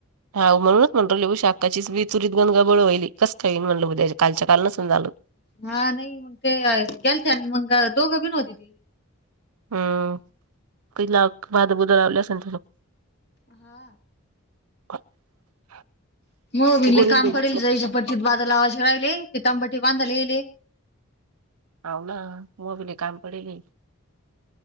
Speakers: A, on the right; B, on the left.
A: हा म्हणूनच म्हटल उषा अक्काची विचुरीत गनगा बळवाहिली कस काही म्हटलं ब्या कालच्या काल नसल झाल.
B: हा नाही मग ते गेल मग दोघं बीनवती
A: हम किला भाद बुद लावले असेल.
B: हा.
A: <inaudible>
B: <unintelligible>
A: गोळीनं घरीच हाव न म भी लय काम पडेल हे.